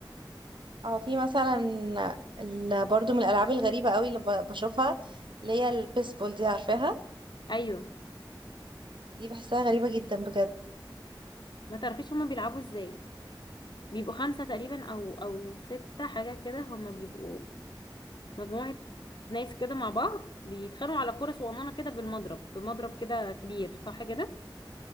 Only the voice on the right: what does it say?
اه في مثلا ال- برضو من الألعاب الغريبة قوي اللي ب- بشوفها اللي هي البيسبول دي عارفاها
دي بحسها غريبة جدا بجد